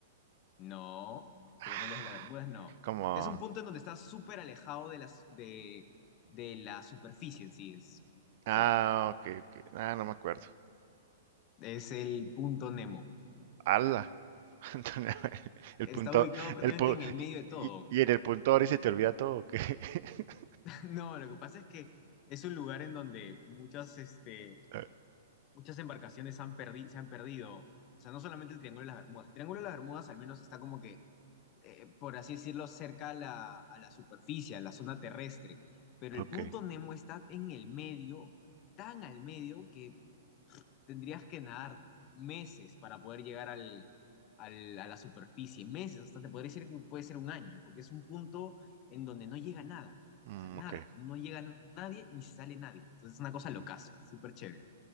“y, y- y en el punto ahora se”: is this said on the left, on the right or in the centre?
Right